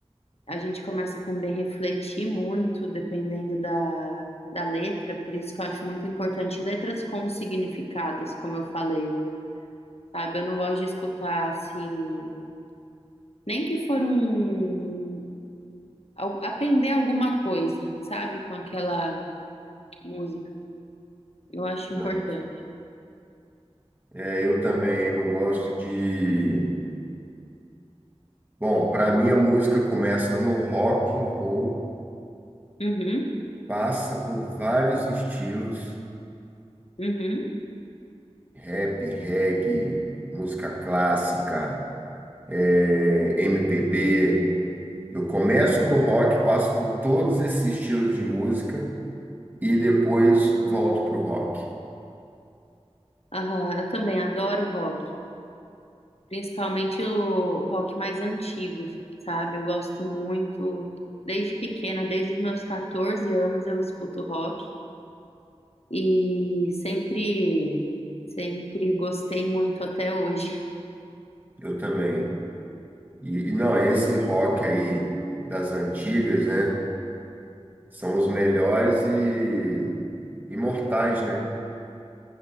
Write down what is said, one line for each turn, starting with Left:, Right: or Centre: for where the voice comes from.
Left: a gente começa também a refletir muito dependendo da, da letra, por isso que eu acho muito importante letras com significados, como eu falei. Sabe, eu não gosto de escutar assim, nem que for um al- aprender alguma coisa, sabe, com aquela música. Eu acho
Right: né?
Left: importante.
Right: É, eu também eu gosto de Bom, para mim a música começa no rock and roll,
Left: Uhum,
Right: passa por vários estilos,
Left: uhum,
Right: rap, reggae, música clássica, eh, MPB. Eu começo
Left: uhum.
Right: no rock, passo por todos esses estilos de música e depois volto pro rock.
Left: Aham, eu também adoro rock, principalmente o rock mais antigo, sabe? Eu gosto muito, desde pequena, desde os meus 14 anos eu escuto rock e sempre, sempre gostei muito até hoje. <laughs>
Right: Eu também. E, e não, esse rock aí das antigas, né? São os melhores e imortais, né?